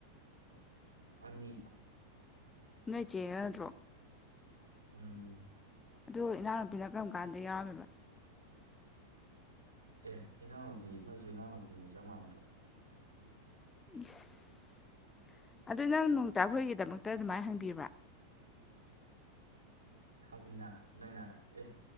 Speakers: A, on the right; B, on the left.
A: ꯑꯅꯤ
B: ꯅꯣꯏ ꯆꯦꯔꯥ ꯅꯠꯇ꯭ꯔꯣ
A: ꯎꯝ
B: ꯑꯗꯣ ꯏꯅꯥꯎꯅꯨꯄꯤꯅ ꯀꯔꯝ ꯀꯥꯟꯗ ꯌꯥꯎꯔꯝꯃꯤꯕ
A: ꯑꯦ ꯏꯅꯥꯎꯅꯨꯄꯤ ꯅꯣꯏꯁꯨ ꯏꯅꯥꯎꯅꯨꯄꯤꯅꯤ ꯆꯞ ꯃꯥꯟꯅꯗ꯭ꯔꯣ
B: ꯏꯁꯁ ꯑꯗꯨ ꯅꯪ ꯅꯣꯡꯇꯥꯛꯈꯣꯏꯒꯤꯗꯃꯛꯇ ꯑꯗꯨꯃꯥꯏꯅ ꯍꯪꯕꯤꯕ꯭ꯔꯥ
A: ꯍꯪꯉꯤꯅ ꯅꯣꯏꯅ ꯑꯦ